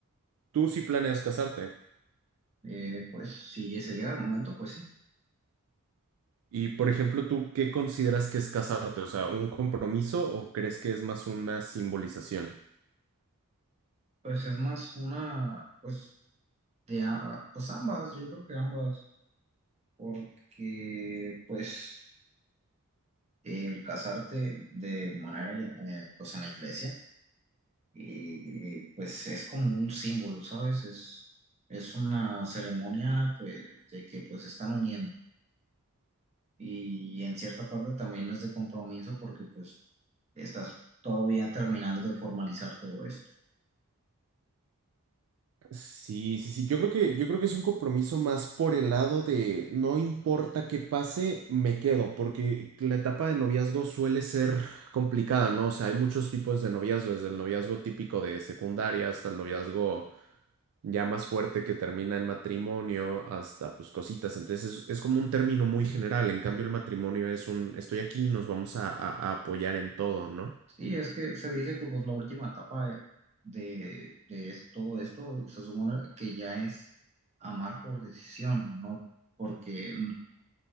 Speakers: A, on the right; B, on the right.
A: tú sí planeas casarte.
B: Eh, pues si se llega el momento, pues sí.
A: Y por ejemplo, ¿tú qué consideras que es casarte? O sea, ¿un compromiso o crees que es más una simbolización?
B: Pues es más una, pues, de, a- pues ambas, yo creo que ambas, porque pues el casarte de manera, eh, pues en la iglesia, y, y, pues es como un símbolo, ¿sabes? Es, es una ceremonia, pues, de que pues se están uniendo. Y, en cierta parte también es de compromiso porque pues estás todavía terminando de formalizar todo esto.
A: Sí, sí, sí. Yo creo que, yo creo que es un compromiso más por el lado de no importa qué pase, me quedo, porque la etapa de noviazgo suele ser complicada, ¿no? O sea, hay muchos tipos de noviazgo, desde el noviazgo típico de secundaria hasta el noviazgo ya más fuerte que termina en matrimonio, hasta pues cositas. Entonces es, es como un término muy general. En cambio, el matrimonio es un estoy aquí, y nos vamos a, a a apoyar en todo, ¿no?
B: Sí, es que se dice que pues la última etapa de, de, de es- todo esto se supone que ya es amar por decisión, no porque